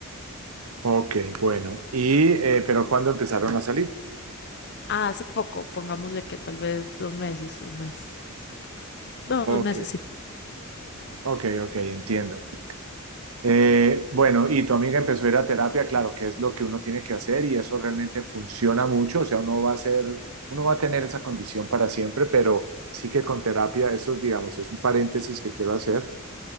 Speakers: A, on the right; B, on the left.
A: Ok, bueno. Y, eh, pero ¿cuándo empezaron a salir?
B: Ah, hace poco, pongámosle que tal vez dos meses, un mes. No,
A: Ok,
B: dos meses, sí.
A: ok, ok, entiendo. Eh, bueno, y tu amiga empezó a ir a terapia, claro, que es lo que uno tiene que hacer y eso realmente funciona mucho, o sea, uno va a ser, uno va a tener esa condición para siempre, pero sí que con terapia, eso, es, digamos, es un paréntesis que quiero hacer.